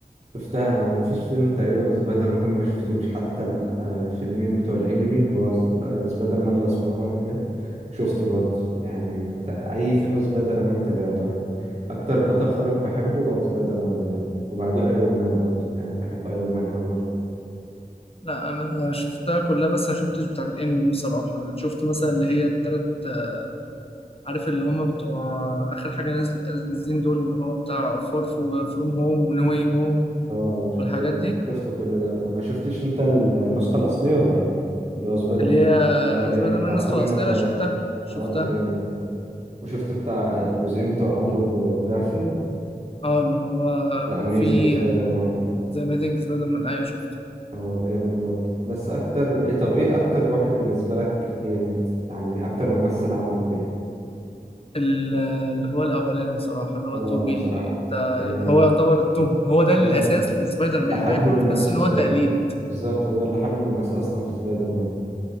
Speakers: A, on the right; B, on the left.
A: شفتها انا مفيش فيلم تقريبا سبايدر مان ما شفتوش حتى ال- آه، الفيلمين بتوع الانمي اللي هو ز- آه، سبايدر مان الاسمراني ده شفته برضه يعني ت- اي فيلم سبايدر مان تابعته يعني اكتر بطل خارق بحبه هو سبايدر مان غالبا وبعديه ايرون مان برضه يعني بحب ايرون مان قوي برضه
B: لا انا شفتها كلها بس ما شفتش بتاعت الانمي دي بصراحه انا شفت مثلا اللي هي التلات آه، عارف اللي هم بتوع اخر حاجه نازل نازلين دول اللي هو بتاع فار فروم هوم ونوي هوم
A: اه شفته
B: والحاجات دي
A: شفته كل ده ما شفتش انت ال- النسخة الأصلية ولا ايه اللي هو سبايدر
B: اللي
A: مان
B: هي
A: الأولاني
B: سبايدر
A: بتاع
B: مان النسخه
A: توبي
B: الاصليه
A: ماجواير
B: لا شفتها شفتها
A: اه ده جامد ده وشفت بتاع الجزئين بتوع أندرو جارفيلد
B: اه اللي هو
A: ذا أميزنج
B: في
A: سبايدر مان
B: ذا اميزنج سبايدر مان ايوه شفته
A: اه ده جامد برضه بس أكتر ايه طب ايه أكتر واحد بالنسبة لك جامد يعني أكتر ممثل عمله حلو
B: ال- اللي هو الاولاني بصراحه اللي هو
A: اه
B: توبي
A: بصراحة
B: ده
A: يعني
B: هو يعتبر التوب هو ده الاساس
A: اه
B: لسبايدر
A: اللي
B: مان
A: حبب
B: الباقي كله
A: الناس
B: تحس
A: في
B: ان هو
A: سبايدر
B: تقليد
A: مان بالظبط هو اللي حبب الناس أصلا في سبايدر مان